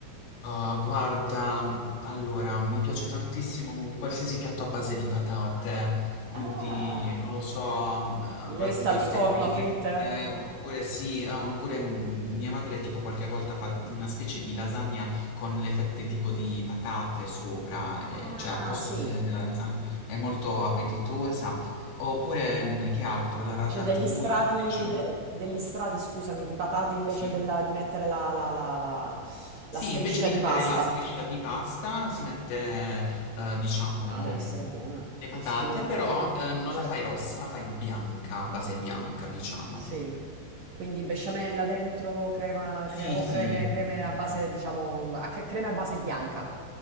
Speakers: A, on the left; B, on the right.
A: Ah, guarda, allora, mi piace tantissimo un qualsiasi piatto a base di patate, quindi,
B: Ah.
A: non lo so, mm, ba-
B: Lessa
A: patate
B: al forno
A: fritte,
B: fritte?
A: oppure sì, eh, oppure mm, mia madre tipo qualche volta fa una specie di lasagna con le fette tipo di patate sopra, eh,
B: Ah,
A: cioè al posto
B: sì.
A: de- della lasagna, è molto appetitosa. Oppure, mm, che altro, la ratatouille,
B: C'è degli strati,
A: mi piace, un-
B: de- degli strati, scusami, di patate invece
A: sì?
B: della- di mettere la, la- la- la- la
A: Sì,
B: striscia
A: invece di
B: di
A: mettere
B: pasta.
A: la striscia di pasta si mette, eh, diciamo,
B: Ah, deve essere buona.
A: le patate,
B: Ispira.
A: però eh, non
B: Certo.
A: la fai rossa, la fai bianca, a base bianca, diciamo.
B: Sì. Quindi besciamella dentro, crema,
A: Sì,
B: cre- o
A: sì,
B: creme, creme a base, diciamo, a cre- crema a base bianca.